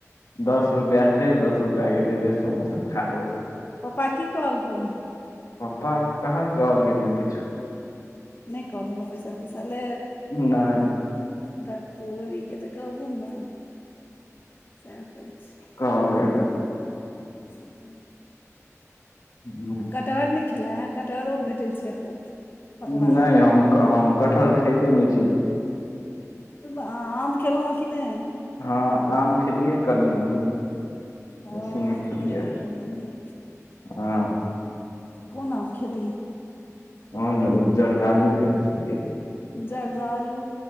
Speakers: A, on the left (about 85°); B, on the left (about 40°).
A: दस रूपैआ
B: की
A: छै दस रुपआ अ देब समोसा खाजो
B: प्पपा की कहल कोन
A: पापा कहाँ कहल यए ने किछु
B: नहि कर ने पैसा तेसा ले
A: नहि
B: बक तोरी क तऽ कबन दाम स
A: कह लेबन
B: हूँ
A: हूँ
B: आ कटहर नहि खेलए हे कटहरो भेटै छै एखन पकलाहा
A: नहि हम हम कटहर खाइते नहि छी तऽ
B: आम खयेलहुँ हँ कि नहि
A: हँ आम खेलियै कनि मनि
B: ओ
A: बेसी नहि
B: आम खेने
A: खेलिय
B: रही कनि मनि
A: हा
B: कोन आम खेली
A: ह ने उपजरदालू खेने छलियै
B: जर्द आलू